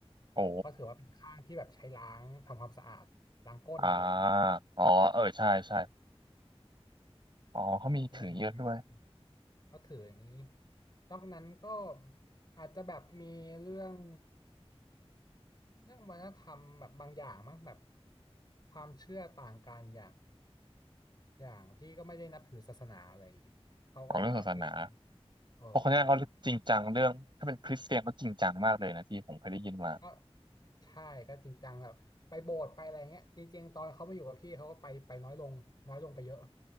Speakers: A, on the left; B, on the right.
A: ำเพราะถือว่าเป็นข้างที่แบบใช้ล้างทำความสะอาดล้างก้นอะไรเงี้ย
B: โอ้อ่าอ๋อเออใช่ใช่อ๋อเขามีถือเยอะด้วย
A: เลยจะแบบเขาถืออย่างนี้นอกนั้นก็อาจจะแบบมีเรื่องเรื่องวัฒนธรรมแบบบางอย่างมั้งแบบความเชื่อต่างกันอย่างอย่างพี่ก็ไม่ได้นับถือศาสนาอะไรอย่างเงี้ยเขาก็นับถือคริสต์
B: อ๋อเรื่องศาสนา
A: โอ้
B: เพราะคนนั้นเขาจริงจังเรื่องถ้าเป็นคริสเตียนเขาจริงจังมากเลยนะพี่ผมเคยได้ยินมา
A: ก็ใช่ก็จริงจังแบบไปโบสถ์ไปอะไรเงี้ยจริงๆตอนเขามาอยู่กับพี่เขาก็ไปไปน้อยลงน้อยลงไปเยอะ